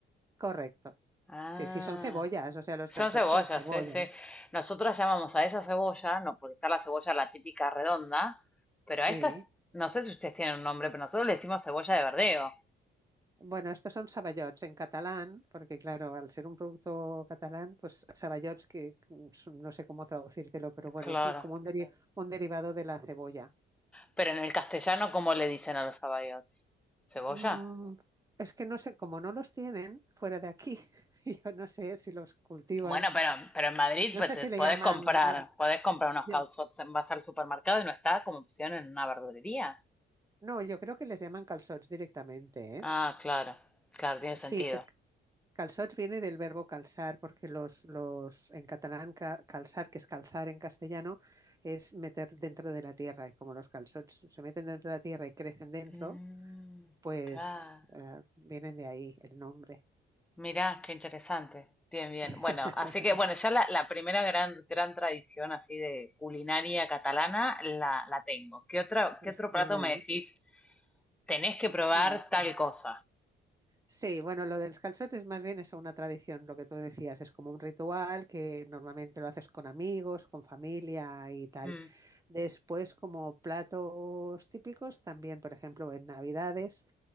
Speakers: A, on the right (about 15°); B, in the centre.
A: Correcto.
B: Ah,
A: Sí, sí, son cebollas, o sea, los
B: son
A: calzots
B: cebollas,
A: son cebollas.
B: sí, sí. Nosotros llamamos a esa cebolla, no, porque está la cebolla la típica redonda, pero
A: Sí.
B: a estas, no sé si ustedes tienen un nombre, pero nosotros le decimos cebolla de verdeo.
A: Bueno, estos son saballots en catalán, porque claro, al ser un producto catalán, pues saballots que mm, son- no sé cómo traducírtelo, pero bueno,
B: Claro.
A: es un- como un, deri- un derivado de la cebolla.
B: Pero en el castellano, ¿cómo le dicen a los abayots? ¿Cebolla?
A: Mm, es que no sé, como no los tienen fuera de aquí, <laughs> yo no sé si los cultivan,
B: Bueno, pero, pero en Madrid
A: no
B: pues,
A: sé
B: te
A: si
B: podés
A: le llaman,
B: comprar,
A: a-
B: podés comprar unos
A: yo-
B: calzots, en- vas al supermercado y no está como opción en una verdulería.
A: no, yo creo que les llaman calçots directamente, ¿eh?
B: Ah, claro, claro, tiene sentido.
A: Sí, que- calzots viene del verbo calzar, porque los, los en catalán ca- calzar, que es calzar en castellano, es meter dentro de la tierra, y como los calçots se meten dentro de la tierra y crecen dentro,
B: Mm,
A: pues
B: claro.
A: eh, vienen de ahí el nombre.
B: Mirá, qué interesante. Bien, bien.
A: <laughs>
B: Bueno, así que bueno, ya la, la primera gran, gran tradición así de culinaria catalana la, la tengo. ¿Qué otra,
A: Sí.
B: qué otro plato me decís? Tenés que probar
A: Mm.
B: tal cosa.
A: Sí, bueno, lo de los calzots más bien eso, una tradición, lo que tú decías, es como un ritual que normalmente lo haces con amigos, con familia y tal.
B: Mm.
A: Después, como platos típicos, también, por ejemplo, en Navidades,